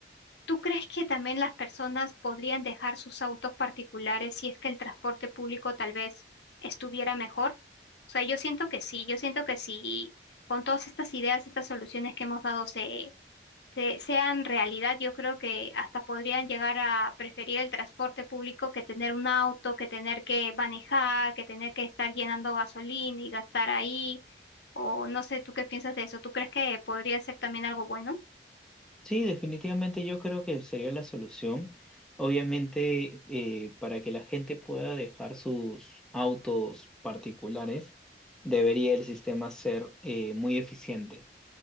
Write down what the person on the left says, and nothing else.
¿Tú crees que también las personas podrían dejar sus autos particulares si es que el transporte público tal vez estuviera mejor? O sea, yo siento que sí, yo siento que sí, con todas estas ideas, estas soluciones que hemos dado se, se- sean realidad, yo creo que hasta podrían llegar a preferir el transporte público que tener un auto, que tener que manejar, que tener que estar llenando gasolina y gastar ahí, o no sé, ¿tú qué piensas de eso? ¿Tú crees que podría ser también algo bueno?